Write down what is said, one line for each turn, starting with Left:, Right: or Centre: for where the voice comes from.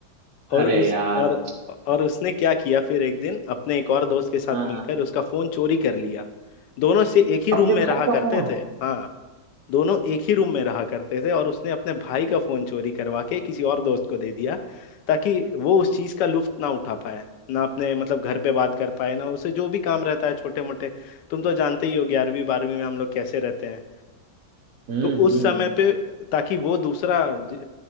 Right: अरे
Left: और उस
Right: यार
Left: और और उसने क्या किया फिर एक दिन अपने एक और दोस्त के साथ
Right: हाँ
Left: मिलकर
Right: हाँ
Left: उसका फोन चोरी कर लिया दोनों से एक ही
Right: अपने
Left: रूम में
Right: भाई
Left: रहा
Right: का
Left: करते
Right: फोन
Left: थे हाँ दोनों एक ही रूम में रहा करते थे और उसने अपने भाई का फोन चोरी करवा के किसी और दोस्त को दे दिया ताकि वो उस चीज का लुत्फ ना उठा पाए ना अपने मतलब घर पे बात कर पाए ना उसे जो भी काम रहता है छोटे मोटे तुम तो जानते ही हो ग्यारहवीं बारहवीं में हम लोग कैसे रहते हैं
Right: हम्म
Left: तो
Right: हम्म
Left: उस समय पे ताकि वो दूसरा ज-